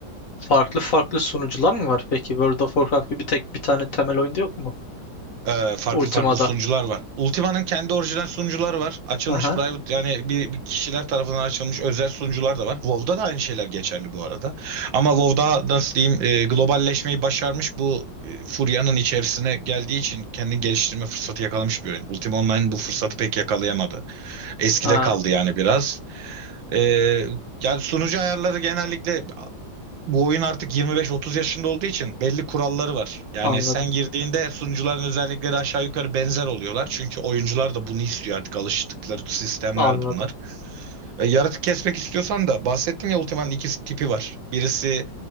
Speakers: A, on the left (about 55°); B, on the right (about 75°).
A: farklı farklı sunucular mı var peki? World of Warcraft gibi tek bir tane temel oyunda yok mu?
B: Ee, farklı
A: Ultima'da.
B: farklı sunucular var. Ultima'nın kendi orijinal sunucuları var. Açılmış
A: Aha.
B: private yani bir, bir kişiler tarafından açılmış özel sunucular da var. WoW'da da aynı şeyler geçerli bu arada. Ama WoW'da nasıl diyeyim e, globalleşmeyi başarmış bu e, furyanın içerisine geldiği için kendini geliştirme fırsatı yakalamış bir oyun. Ultima Online bu fırsatı pek yakalayamadı. Eskide
A: Ha,
B: kaldı yani biraz. Ee, yani sunucu ayarları genellikle bu oyun artık 25-30 yaşında olduğu için belli kuralları var. Yani
A: anladım.
B: sen girdiğinde sunucuların özellikleri aşağı yukarı benzer oluyorlar. Çünkü oyuncular da bunu istiyor artık alıştıkları sistemler
A: Anladım.
B: bunlar. Ee, yaratık kesmek istiyorsan da bahsettim ya Ultima'nın iki tipi var. Birisi